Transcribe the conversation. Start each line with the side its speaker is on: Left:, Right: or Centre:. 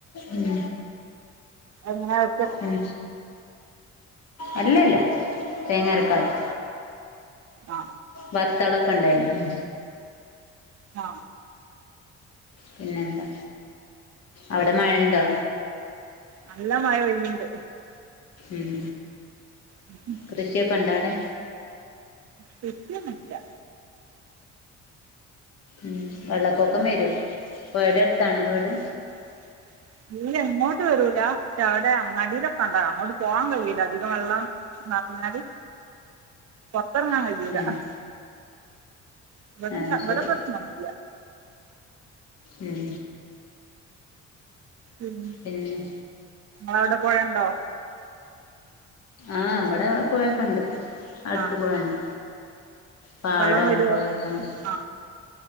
Left: ഉം
Right: അത്ങ്ങനേ
Left: ഉം അല്ലല്ല തേങ്ങ അരക്കാതെ
Right: ആ
Left: വത്തളൊക്കെണ്ടായിന് ഉം
Right: ആ
Left: പിന്നെന്താ അവ്ടെ മഴണ്ടോ?
Right: നല്ല മഴ പെയ്യ്ണ്ട്
Left: ഉം
Right: മ്
Left: കൃഷിയൊക്കൊണ്ടോ അവടെ?
Right: കൃഷിയൊന്നൂല്ല
Left: ഉം വെള്ളപ്പൊക്കം വരും പൊഴടട്ത്താണോ വീട്?
Right: <inaudible> തീലെ ഇങ്ങോട്ട് വരൂല ക്ഷെ അവടെ അങ്ങാടീലൊക്കെണ്ടാവു അങ്ങോട്ട് പോവാൻ കയ്യൂല അധിക വെള്ളം പർഞ്ഞാൽ പൊറത്തെർങ്ങാൻ കയ്യൂല
Left: ഉം
Right: ഇവ്ട്ണ്ടാ
Left: ആഹ്
Right: ഇവിട
Left: ശരി
Right: പ്രശ്നൊന്നുല
Left: ഉം
Right: ഉം
Left: പിന്നെ
Right: അവിടെ പൊഴണ്ടോ?
Left: ആഹ് ഇബ്ടെ പൊയക്ക്ണ്ട് അടുത്ത്
Right: ആ ആ
Left: പൊയണ്ട് പാടം
Right: വെള്ളം വരുമോ
Left: പൊയൊക്ക്ണ്ട്
Right: ആ